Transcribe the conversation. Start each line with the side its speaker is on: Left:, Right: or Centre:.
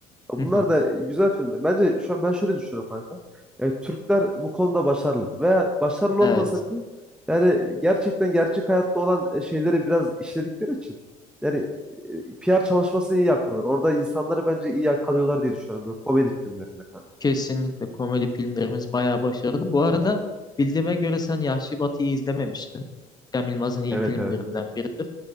Centre: Ya
Left: Hı
Centre: Bunlar
Left: hı.
Centre: da güzel filmler. Bence şu an ben şöyle düşünüyorum kanka. E, Türkler bu konuda başarılı. Veya başarılı
Left: Evet.
Centre: olmasa bile yani gerçekten gerçek hayatta olan e, şeyleri biraz işledikleri için yani e, PR çalışmasını iyi yapıyorlar. Orada insanları bence iyi yakalıyorlar diye düşünüyorum böyle komedi filmlerinde kanka.
Left: Kesinlikle komedi filmlerimiz bayağı başarılı. Bu arada bildiğime göre sen Yahşi Batı'yı izlememiştin. Cem Yılmaz'ın iyi
Centre: Evet
Left: filmlerinden
Centre: evet
Left: biridir.